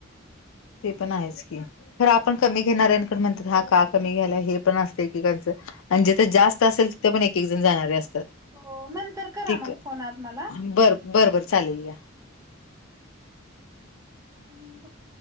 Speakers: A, on the left; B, on the right.
A: ते पण आहेच की खरं आपण कमी घेणाऱ म्हणतात हा का कमी घ्याय हे पण असते की त्यांच. आणि जिथे जास्त असेल तिथे पण एक एक जण जाणारे असतात.
B: हो नंतर करा
A: ठीक
B: मग फोन आज मला.
A: बर बर बर चालेल या.
B: <unintelligible> टामिंग